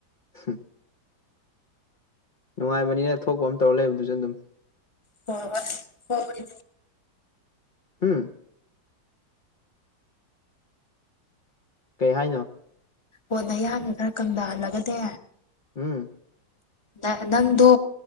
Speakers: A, on the left; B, on the left.
A: ꯍꯝ ꯅꯨꯡꯉꯥꯏꯕꯅꯤꯅ ꯊꯣꯛꯄ ꯑꯃ ꯇꯧꯔꯒ ꯂꯩꯕꯗꯨꯁꯨ ꯑꯗꯨꯝ
B: ꯍꯣꯏ ꯍꯣꯏ
A: ꯍꯝ ꯀꯩ ꯍꯥꯏꯅꯣ
B: ꯍꯣꯅ ꯌꯥꯅꯤ ꯈꯔ ꯀꯪꯗꯍꯜꯂꯒꯗꯤ
A: ꯎꯝ
B: ꯅ ꯅꯪꯗꯣ